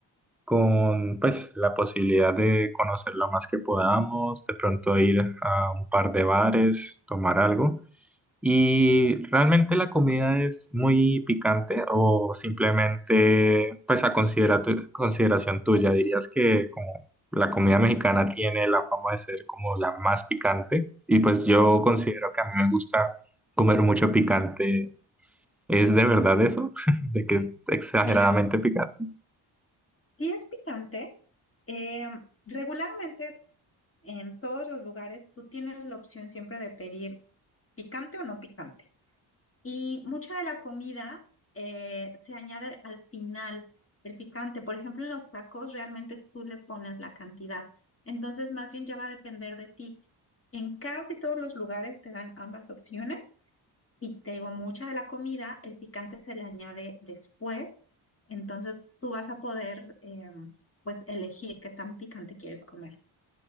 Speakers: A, in the centre; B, on the left.
A: con pues la posibilidad de conocer lo más que podamos, de pronto ir a un par de bares, tomar algo. Y realmente la comida es muy picante o simplemente pues a considera- tu- consideración tuya, dirías que como la comida mexicana tiene la fama de ser como la más picante y pues yo considero que a mí me gusta comer mucho picante. ¿Es de verdad eso? <laughs> ¿De que es exageradamente
B: Mira,
A: picante?
B: si es picante, eh, regularmente en todos los lugares tú tienes la opción siempre de pedir picante o no picante. Y mucha de la comida eh, se añade al final el picante. Por ejemplo, en los tacos realmente tú le pones la cantidad. Entonces, más bien ya va a depender de ti. En casi todos los lugares te dan ambas opciones y te digo, mucha de la comida, el picante se le añade después. Entonces, tú vas a poder, eh, pues, elegir qué tan picante quieres comer.